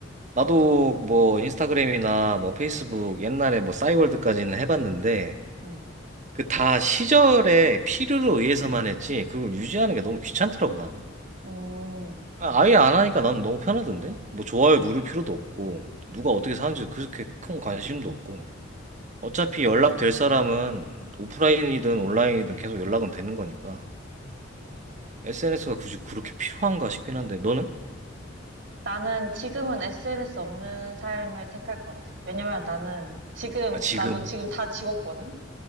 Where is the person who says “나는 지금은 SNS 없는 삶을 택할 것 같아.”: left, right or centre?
Right